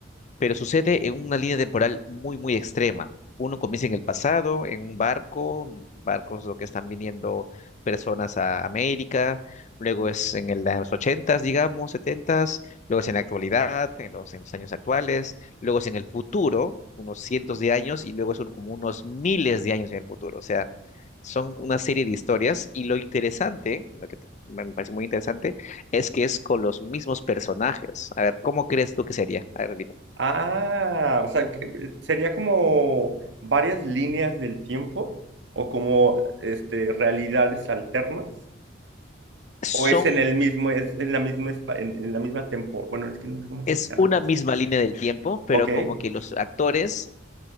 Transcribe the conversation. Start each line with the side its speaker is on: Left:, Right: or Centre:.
Left: pero sucede en una línea temporal muy, muy extrema. Uno comienza en el pasado, en un barco, mm, barcos lo que están viniendo personas a América, luego es en el- en los ochentas, digamos, setentas, luego es en la actualidad, en los, en los años actuales, luego es en el futuro, unos cientos de años, y luego son como unos miles de años en el futuro. O sea, son una serie de historias y lo interesante, lo que te- me parece muy interesante, es que es con los mismos personajes. A ver, ¿cómo crees tú que sería? A ver,
Right: Ah, o sea, que- sería como varias líneas del tiempo o como este realidades alternas
Left: son,
Right: o es en el mismo es en la misma espa- en, en la misma tempo, bueno, es que no sé cómo explicarlo
Left: es una
Right: entonces.
Left: misma línea del tiempo, pero
Right: Ok.
Left: como que los actores